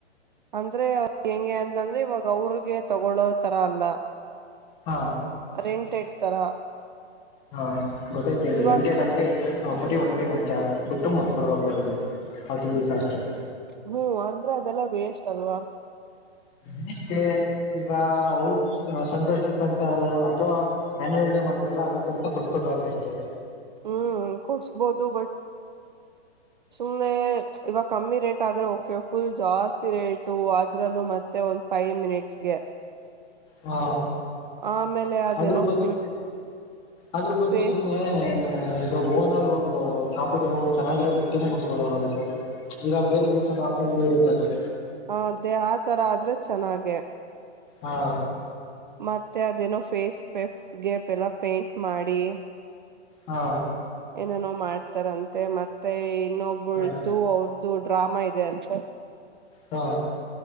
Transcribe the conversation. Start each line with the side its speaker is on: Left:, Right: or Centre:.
Right: ಅಂದ್ರೆ <unintelligible> ಹೆಂಗೆ ಅಂತಂದ್ರೆ ಇವಾಗ ಅವ್ರಗೆ ತಗೊಳ್ಳೋ ತರಾ ಅಲ್ಲಾ
Left: ಹಾ
Right: ರೆಂಟೆಡ್ ತರಾ
Left: ಹಾ ಗೊತ್ತಾಯ್ತ ಹೇಳ
Right: ಇವಾಗ
Left: ನ ಬರೀ ಒಂದು ಟೈಮ್ ಅಷ್ಟೇ ಹಾಕ್ಬಿಟ್ಟು ಮತ್ ಕೊಡ್ಬೇಕ ಅವ್ರಿಗೆ ಅವತ್ತಿನ ದಿವಸಾ ಅಷ್ಟೆ
Right: ಹ್ಮೂ ಅಂದ್ರೆ ಅದೆಲ್ಲ ವೇಸ್ಟ್ ಅಲ್ವಾ
Left: <unintelligible> ಈಗ ಅವರು ಸಂತೋಷ <unintelligible> ಅಥವಾ ಆನ್ಯವಲ್ ಡೇ ಮಾಡ್ತಿರಲ್ಲ ಅದಕ್ಕ ಅಂತ ಕೊಡಸ್ಬೇಕಾಗತ್ತೆ ಅಷ್ಟೇ
Right: ಹ್ಮ್ ಕೊಡ್ಸ್ಬೋದು ಬಟ್ ಸುಮ್ನೇ ಇವಾಗ ಕಮ್ಮಿ ರೇಟ್ ಆದ್ರೆ ಓಕೆ ಫುಲ್ ಜಾಸ್ತಿ ರೇಟ್ ಟೂ ಅದ್ರಲ್ಲೂ ಮತ್ತೆ ಒಂದ್ ಫೈವ್ ಮಿನಿಟ್ಸ್ಗೆ
Left: ಹಾ
Right: ಆಮೇಲೆ ಅದೇನೋ
Left: ಅದ್ರ ಬದ್ಲೂ
Right: ಫುಲ್
Left: ಅದ್ರ ಬದ್ಲು
Right: ಫೇಸ್
Left: ಸುಮ್ನೇ ಆ ಈಗ ಓವನ್ನಾಗಿ ಒಂದು ಚಾಪೆ ತಗೊಂಡ್ ಚೆನ್ನಾಗಿರೋ ಬೊಕ್ಕೆ ಕೊಡ್ಸಬುಡೊಣ ಅದಕ್ಕೆ ಈಗ ಬೇರೆ ದಿವಸನ ಹಾಕೊಂಡು ಇರುತ್ತ ಅದು
Right: ಹಾ ಅದೇ ಆ ತರ ಆದ್ರೆ ಚೆನ್ನಾಗೆ
Left: ಹಾ.
Right: ಮತ್ತೆ ಅದೇನೋ ಫೇಸ್ ಪೆಪ್ಗೆಪ್ ಎಲ್ಲ ಪೇಂಟ್ ಮಾಡಿ
Left: ಹಾ.
Right: ಏನೇನೋ ಮಾಡ್ತಾರಂತೆ ಮತ್ತೆ ಇನ್ನೊಬಳ್ದು
Left: ಹಾ
Right: ಅವ್ರದು ಡ್ರಾಮಾ ಇದೆ ಅಂತೆ
Left: ಹಾ.